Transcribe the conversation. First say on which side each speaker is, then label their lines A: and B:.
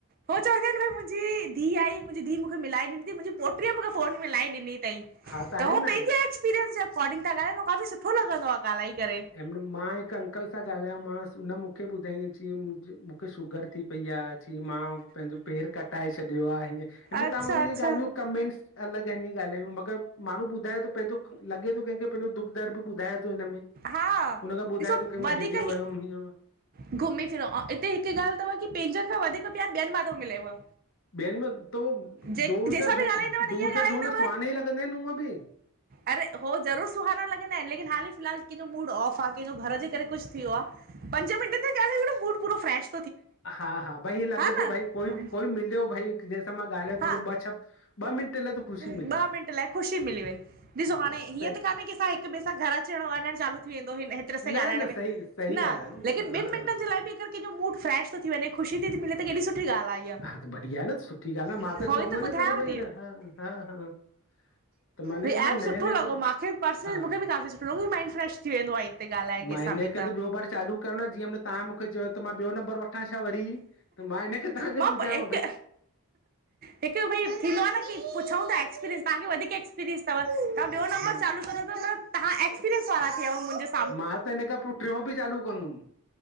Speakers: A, on the right; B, on the left.
A: हो चवे थि न भई मुंहिंजी धी आई, मुंहिंजी धी मूंखे मिलाए ॾिनी थंई, मुंहिंजी पोट पोटी मूंखे फोन मिलाए ॾिनि तंई,
B: हा
A: त
B: आहिनि
A: हू
B: न
A: पहिंजे एक्सपीरियन्स जे एकार्डिंग था ॻाल्हाइन था, त उआ काफी सुठ सुठो लॻंदो आ ॻाल्हाए करे।
B: ऐं मां हिकु अंकल सां ॻाल्हायो मांस, हुन मूंखे ॿुधाईं अची मूंखे शुगर थी पई पई आ, अची मां पंहिंजो पेर कटाए छॾियोआ हीअं, हिन
A: अच्छा
B: तव्हां
A: अच्छा
B: इहे ॻाल्हियूं कमेंट्स अलॻ आहिन इंअ ॻाल्हायूं मगर माण्हू ॿुधाए थो पंहिंजो लॻे थो कैंखे पंहिंजो दुख दर्द बु ॿुधाए थो हिनमें,
A: हा
B: हुन खां ॿुधाए
A: ॾिसो
B: थो कि मां
A: वधीक
B: हेॾे
A: ई
B: वियम हीअं
A: घुमी फिरो ऐं इते हिकु ॻाल् थव की पंहिंजन खां वधीक प्यारु ॿियन मां थो मिलेव।
B: ॿियन में, त उह
A: जे
B: दूर
A: जंहिंसां
B: जा
A: बि
B: ढोल
A: ॻाल्हाईंदव न
B: -दूर
A: ईअं ॻाल्हाईंदव
B: जा ढोल सुहाना ई लॻंदा आहिन उअं बि
A: अरे हो ज़रूर सुहाना लॻंदा आहिन, लेकिन हाली फ़िलहाल कंहिंजो मूड ऑफ आ, कंहिंजो घर जे करे कुछ थियो आ पंज मिंट ते ॻाल्हाए छॾो, मूड पूरो फ्रैश
B: हा, हा। भईं लॻे
A: न
B: थो, भई कोई, कोई मिलयो भई जंहिंसा मां ॻाल्हायो
A: हा
B: थोड़ो, ॿ श ॿ मिंट लाए त ख़ुशी
A: ॿ
B: मिली
A: मिंट लाइ ख़ुशी मिली वई। ॾिसो
B: हा
A: हाणे हीअं
B: सही
A: त कान्हे की असां हिकु ॿिए स सां घर अचण वञणु चालू थी वेंदो हिन हि रह
B: न
A: सां ॻाल्हाइण
B: न
A: में।
B: सही सही
A: न
B: ॻाल्हि आहे उहो
A: लेकिन
B: त हा
A: ॿिन मिंटनि जे लाइ बि अगरि कंहिंजो मूड फ्रेश थो थी वञे त ख़ुशी थी थी मिले केॾी सुठी ॻाल्हि आहे
B: हा त बढ़िया आ न, सुठी ॻाल आ,
A: इहा
B: मां त
A: उहो
B: चअंदो
A: ई
B: ह न
A: ॿुधायांव
B: कंजो भई ह न हा हा हा। त माने
A: भई
B: त
A: एप
B: नए
A: सुठो
B: नए
A: लॻो। मांखे पर्सनल
B: हा हा
A: मूंखे बि काफ़ी सुठो लॻो। माइंड फ्रेश थी वेंदो आहे हिन ते ॻाल्हाए कंहिंसां
B: मां हिन
A: बि
B: करे त ॿियो बार चालू कयो न जीअं तहां मूंखे चयो त मां ॿियो नंबर व मां छा वरी, त मां हिनकरे तहां
A: मां
B: जो ॿुधायम
A: हिकु
B: भई
A: हिकु भई थींदो आ न पुछऊं त एक्सपीरियंस, तहांखे वधीक एक्सपीरियंस तव,
B: हा
A: तहां ॿियो नंबर चालू तहां एक्सपीरियंस वारा थी विया मुंहिंजे स
B: मां त हिन खां पो ट्रियो बि चालू कंदुम।